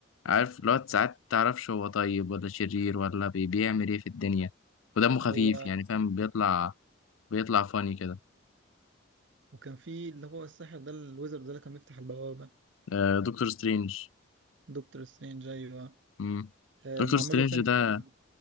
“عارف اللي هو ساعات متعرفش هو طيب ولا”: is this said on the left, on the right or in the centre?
Left